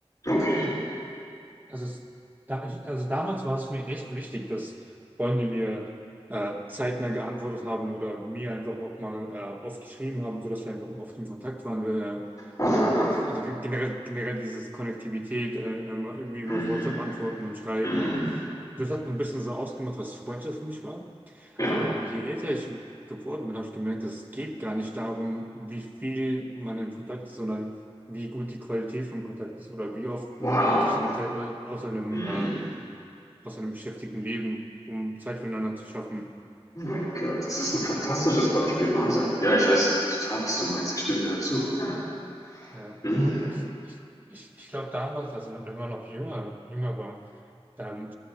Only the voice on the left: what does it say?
Okay.
Mhm.
Mhm.
Mhm.
Ja.
Wow.
Mhm.
Oh mein Gott, das ist ein fantastisches Beispiel. Wahnsinn. Ja, ich weiß total, was du meinst. Ich stimme dir dazu. Ja.
Mhm.